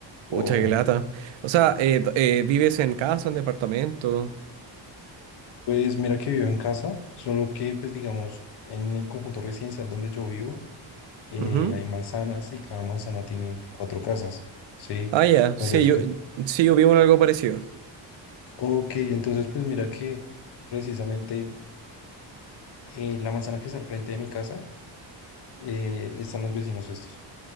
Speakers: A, on the right; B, on the left.
A: Pucha,
B: o...
A: qué lata. O sea, eh, d- eh, ¿vives en casa, en departamento?
B: Pues mira que vivo en casa, solo que pues digamos en el conjunto residencial donde yo vivo eh,
A: Ujú.
B: hay manzanas y cada manzana tiene cuatro casas, ¿sí?
A: Ah, ya.
B: Entonces,
A: Sí, yo,
B: pues,
A: sí, yo vivo en algo parecido.
B: ok, entonces pues mira que precisamente eh, la manzana que está al frente de mi casa eh, están los vecinos estos